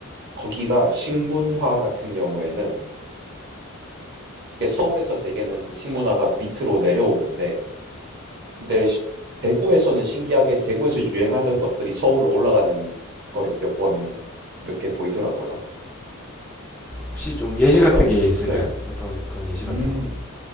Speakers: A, on the right; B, in the centre.
A: 거기가 식문화 같은 경우에는 이게 서울에서 대개는 식문화가 밑으로 내려오는데 근데 시- 대구에서는 신기하게 대구에서 유행하던 것들이 서울로 올라가는 거를 몇 번, 몇 개 보이더라고요.
B: 혹시 좀 예시
A: 어떤,
B: 같은 게 있을까요?
A: 네.
B: 어떤 그런 예시 같은
A: 음,
B: 거?